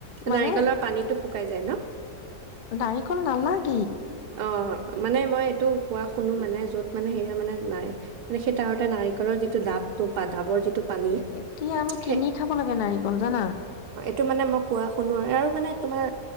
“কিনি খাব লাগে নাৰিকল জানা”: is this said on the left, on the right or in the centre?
Left